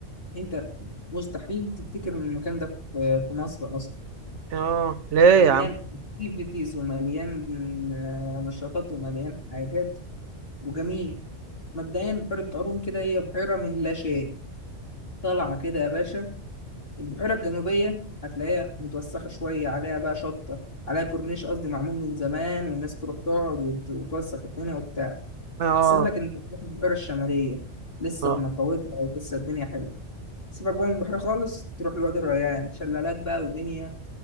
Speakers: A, on the left (about 50°); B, on the right (about 70°).
A: أنت مستحيل تفتكر إن المكان ده في في مصر أصلا
B: اه ليه
A: مليان
B: يا عم
A: أكتيفيتيز ومليان آه، نشاطات ومليان حاجات وجميل مبدئيا بحيرة قارون كده هي بحيرة من لا شيء طالعة كده يا باشا البحيرة الجنوبية هتلاقيها متوسخة شوية عليها بقى شطة عليها كورنيش قصدي معمول من زمان والناس تروح تقعد وت- وتوسخ الدنيا وبتاع
B: اه
A: أحسن لك إنك تروح البحيرة الشمالية لسه
B: اه
A: بنقاوتها ولسه الدنيا حلوة سيبك بقى من البحيرة خالص تروح لوادي الريان شلالات بقى ودنيا